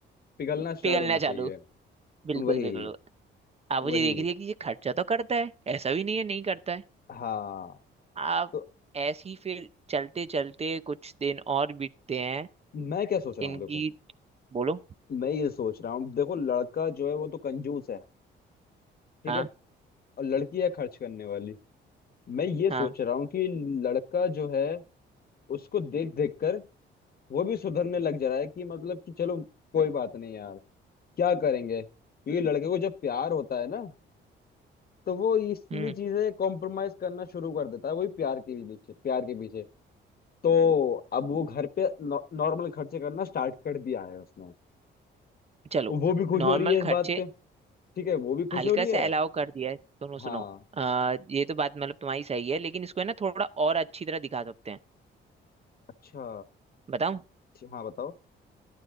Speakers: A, on the left (about 50°); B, on the right (about 30°).
A: पिघलना स्टार्ट
B: पिघलना
A: होनी
B: चालू
A: चाहिए
B: बिल्कुल
A: वही
B: बिल्कुल आप मुझे
A: वही
B: देख रही है कि ये खर्चा तो करता है ऐसा भी नहीं है नहीं करता है
A: हाँ
B: आप
A: तो
B: ऐसे ही फिर चलते चलते कुछ दिन और बीतते हैं
A: मैं क्या सोच रहा
B: इनकी
A: हूँ देखो
B: बोलो
A: मैं ये सोच रहा हूँ देखो लड़का जो है वो तो कंजूस है ठीक
B: हाँ
A: है और लड़की है खर्च करने वाली मैं ये
B: हाँ
A: सोच रहा हूँ कि लड़का जो है उसको देख देख कर वो भी सुधरने लग जा रहा है कि मतलब कि चलो कोई बात नहीं यार क्या करेंगे क्योंकि लड़के को जब प्यार होता है ना तो वो इतनी
B: हम्म
A: चीजें कॉम्प्रोमाइज करना शुरू कर देता है वही प्यार के भी पीछे प्यार के पीछे तो अब वो घर पे नॉर्मल खर्चे करना स्टार्ट कर दिया है उसने
B: चलो
A: वो भी खुश
B: नॉर्मल
A: हो रही है इस
B: खर्चे
A: बात पे ठीक है वो भी खुश
B: हल्का
A: हो रही
B: से
A: है
B: अलाउ कर दिया है सुनो सुनो
A: हाँ
B: आ, ये तो बात मतलब तुम्हारी सही है लेकिन इसको है ना थोड़ा और अच्छी तरह दिखा सकते हैं
A: अच्छा
B: बताओ
A: ठी- हाँ बताओ